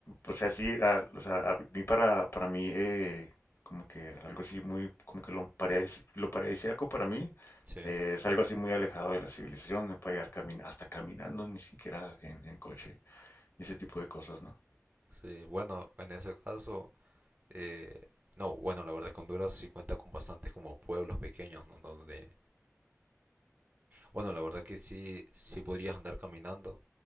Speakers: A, on the left (about 55°); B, on the right (about 35°).
A: o sea, sí, a, o sea, a mí para, para mí, eh, como que algo así muy, como que lo, paradis- lo paradisíaco para mí
B: sí,
A: eh, es algo así muy alejado de la civilización, me puede llegar camin hasta caminando, ni siquiera en, en coche, y ese tipo de cosas, ¿no?
B: sí. Bueno, en ese caso, eh, no, bueno, la verdad es que Honduras sí cuenta con bastantes como pueblos pequeños, ¿no? Donde, bueno, la verdad que sí, sí podrías andar caminando,